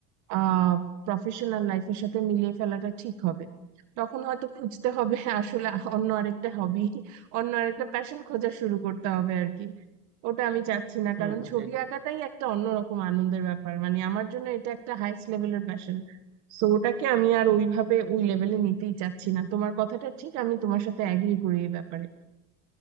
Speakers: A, on the right; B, on the right.
A: আহ প্রফেশনাল লাইফের সাথে মিলিয়ে ফেলাটা ঠিক হবে তখন হয়তো খুঁজতে হবে আসলে অন্য আরেকটা হবি অন্য আরেকটা প্যাশন খোঁজা শুরু করতে হবে আর কি ওটা আমি চাচ্ছি না
B: হুম
A: কারণ
B: হুম,
A: ছবি
B: এটা-
A: আঁকাটাই একটা অন্যরকম আনন্দের ব্যাপার মানে আমার জন্য এটা একটা হাইস্ট লেভেলের প্যাশন তো ওটাকে আমি আর ওইভাবে
B: আচ্ছা
A: ওই লেভেলে
B: আচ্ছা।
A: নিতেই চাচ্ছি না তোমার কথাটা ঠিক আমি তোমার সাথে অ্যাগ্রি করি এই ব্যাপারে